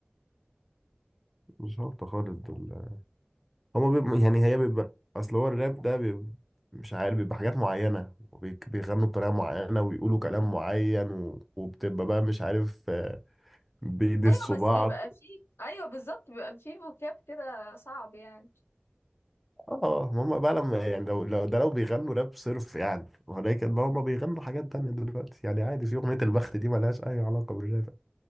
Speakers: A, in the centre; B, on the left.
A: مش هابطه خالص دول هما بيبقوا يعني هي بيبقى اصل هو الراب ده بيبقى مش عارف بيبقى حاجات معينة وبيك- بيغنوا بطريقة معينة ويقولوا كلام معين و... وبتبقى بقى مش عارف آه، بيدسوا
B: ايوه بس
A: بعض
B: بيبقى فيه ايوه بالظبط بيبقى فيه فوكاب كده صعب يعني
A: اه هما بقى لما يعني لو, لو ده لو بيغنوا راب صرف يعني ولكن بقى هما بيغنوا حاجات تانية دلوقتي يعني عادي في أغنية البخت دي ملهاش أي علاقة بالراب